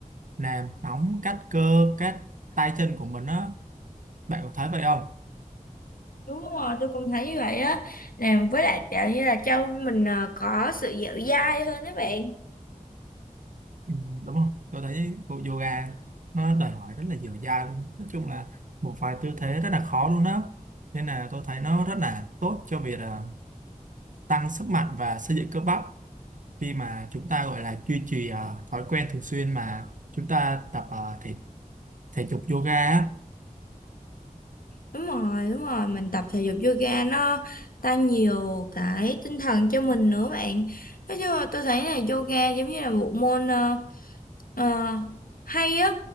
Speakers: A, on the right; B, on the left.
A: làm nóng các cơ các tay chân của mình á bạn có thấy vậy không
B: Đúng rồi, tôi cũng thấy như vậy á. Làm với lại kiểu như là cho mình ờ, có sự dẻo dai hơn đấy bạn.
A: ừ, đúng không tôi thấy bộ yoga nó đòi hỏi rất là dẻo dai luôn nói chung là một vài tư thế rất là khó luôn đó nên là tôi thấy nó rất là tốt cho việc à, tăng sức mạnh và xây dựng cơ bắp khi mà chúng ta gọi là duy trì à, thói quen thường xuyên mà chúng ta tập à, thể thể dục yoga á
B: Đúng rồi, đúng rồi, mình tập thể dục yoga nó tăng nhiều cái tinh thần cho mình nữa bạn. Nói chung là tôi thấy là yoga giống như là bộ môn ờ, ờ, hay á.